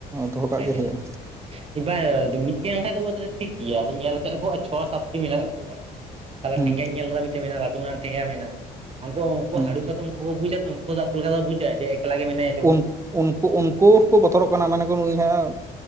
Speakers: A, on the right (about 15°); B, on the right (about 35°).
A: ᱫᱚᱦᱚ
B: ᱚᱱᱠᱟ
A: ᱠᱟᱜ
B: ᱜᱮ
A: ᱦᱩᱭᱩᱜᱼᱟ
B: ᱾ ᱵᱟᱝ ᱢᱤᱫᱴᱮᱱ ᱠᱷᱟᱡ ᱫᱚ ᱴᱷᱤᱠ ᱜᱮᱭᱟ ᱟᱫᱚ ᱧᱮᱞ ᱠᱟᱜ ᱟᱠᱚ ᱟᱨ ᱪᱷᱚ ᱥᱟᱛᱴᱤ ᱢᱮᱱᱟᱜ ᱠᱚᱣᱟ ᱾ ᱛᱟᱦᱚᱞᱮ
A: ᱦᱩᱸ
B: ᱴᱷᱮᱸᱜᱟᱧ ᱧᱮᱞ ᱞᱮᱫᱟ ᱢᱤᱫᱴᱮᱱ ᱢᱮᱱᱟᱜᱼᱟ ᱞᱟᱹᱴᱩᱟᱱ ᱴᱷᱮᱸᱜᱟ ᱢᱮᱱᱟᱜᱼᱟ ᱩᱱᱠᱩ ᱩᱱᱠᱩ
A: ᱦᱩᱸ
B: ᱦᱟᱹᱲᱩ ᱾ ᱩᱱᱠᱩ ᱠᱚ ᱵᱩᱡᱟ ᱛᱚ ᱩᱱᱠᱩ ᱫᱚ ᱚᱠᱚ ᱞᱮᱠᱟ ᱵᱩᱡᱟ ᱡᱮ ᱮᱠᱞᱟ ᱜᱮ ᱢᱮᱱᱟᱭᱟ ᱾
A: ᱩᱱ ᱩᱱᱠᱩ ᱩᱱᱠᱩ ᱦᱚᱸ ᱠᱚ ᱵᱚᱛᱚᱨᱚᱜ ᱠᱟᱱᱟ ᱢᱮᱱᱟ ᱠᱚ ᱱᱩᱭ ᱦᱟᱸᱜ